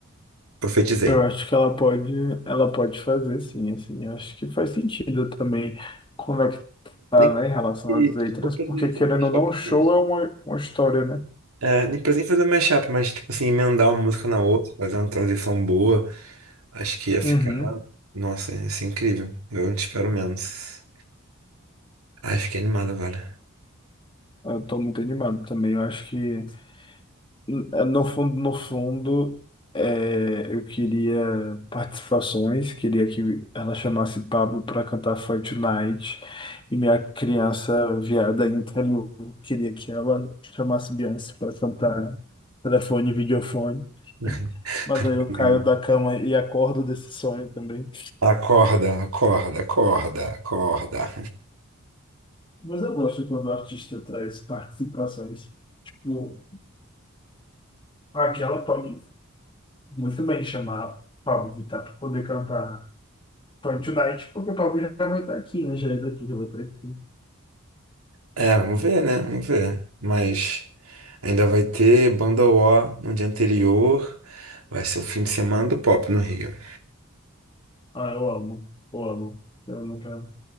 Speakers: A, on the right; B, on the left.
A: Profetizei.
B: Eu acho que ela pode, ela pode fazer, sim, assim. Eu Acho que faz sentido também conectar,
A: Nem
B: né, em relação
A: que,
B: às letras,
A: tipo, produzir
B: porque
A: isso
B: querendo
A: no mashup,
B: ou não, o show
A: mas...
B: é uma, uma história, né?
A: É, nem precisei fazer mashup, mas, tipo assim, emendar uma música na outra, fazer uma transição boa, acho que ia ficar...
B: Uhum.
A: Nossa, ia ser incrível. Eu não espero menos. Ai, fiquei animado agora.
B: Eu tô muito animado também. Eu acho que No fundo, no fundo, é, eu queria participações, queria que ela chamasse Pablo para cantar Fight Night, e minha criança viada interior queria que ela chamasse Beyoncé para cantar telefone, e videofone.
A: <laughs>
B: Mas
A: Obrigado.
B: aí eu caio da cama e acordo desse sonho também.
A: Acorda, acorda, acorda, acorda.
B: Mas eu gosto quando o artista traz participações. Tipo, aquela pode muito bem chamar Pablo Vittar para poder cantar. Fortnite, porque o Pablo já vai estar aqui, né? Já é daqui, já vai estar aqui.
A: É, vamos ver, né? Vamos ver. Mas ainda vai ter Banda O no dia anterior. Vai ser o fim de semana do pop no Rio.
B: Ah, eu amo, eu amo. Eu nunca